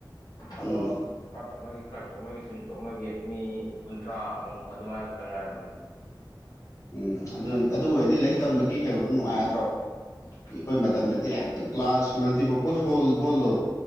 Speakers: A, on the left (about 55°); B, on the left (about 40°).
A: ꯑꯗꯣ
B: ꯎꯝ
A: ꯈꯔ ꯇꯣꯛꯅꯈꯤ ꯈꯔ ꯇꯣꯛꯅꯈꯤ ꯁꯨꯝ ꯇꯣꯛꯅꯈꯤ ꯃꯤ ꯀꯨꯟꯊ꯭ꯔꯥꯃꯨꯛ ꯑꯗꯨꯃꯥꯏ ꯈꯛꯇꯪ ꯉꯥꯏꯔꯝꯕꯅꯤ
B: ꯎꯝ ꯑꯗꯨꯅ ꯑꯗꯨ ꯑꯣꯏꯔꯗꯤ ꯂꯥꯏꯔꯤꯛ ꯇꯝꯕꯒꯤ ꯀꯩꯅꯣꯗꯣ ꯅꯨꯡꯉꯥꯏꯒꯗ꯭ꯔꯣ ꯑꯩꯈꯣꯏ
A: ꯎꯝ
B: ꯃꯇꯝꯗꯗꯤ ꯍꯦꯛꯇ ꯀ꯭ꯂꯥꯁ ꯃꯜꯇꯤꯄꯔꯄꯣꯁ ꯍ ꯍꯣꯜꯂꯣ